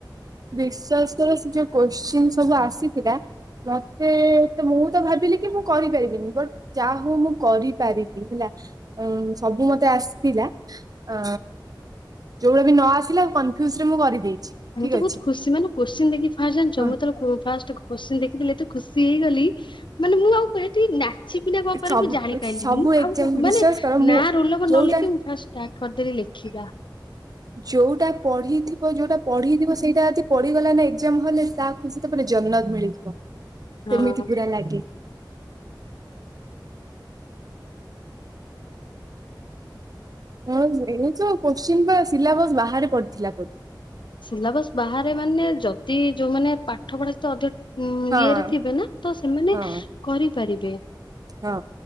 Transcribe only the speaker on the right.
ବିଶ୍ଵାସ କର ସେ ଯୋଉ କୋଶ୍ଚିନ୍ ସବୁ ଆସିଥିଲା ମ ତେ ତ ମୁଁ ତ ଭାବିଲି କି ମୁଁ କରିପାରିବିନି ବଟ ଯାହା ହଉ ମୁଁ କରିପାରିଲି ହେଲା। ଉ ସବୁ ମତେ ଆସିଥିଲା। ଅ ଯୋଉଟା ବି ନ ଆସିଲା କନଫ୍ୟୁଜରେ ମୁଁ କରିଦେଇଚି
ଠିକ
ଅଛି।
ହଁ
ସବୁ
ସବୁ ଏକ୍ଜାମ ବିଶ୍ୱାସ
କର ମୁଁ
ଯୋଉଟା
ଯୋଉଟା ପଢିଥିବ ଯୋଉଟା ପଢିଥିବ ସେଇଟା ଯଦି ପଢିଗଲା ନା ଏକଜାମ ହଲରେ ତା ଖୁସି ତ ପୁରା ଜନ୍ନତ ମିଳିଯିବ।
ସେମିତି ପୁରା ଲାଗେ। ହଁ ଏ ତ କୋଶ୍ଚିନ୍ ବା ସିଲାବସ୍ ବାହାରେ ପଡିଥିଲା ବୋଧେ।
ହଁ
ହଁ
ହଁ।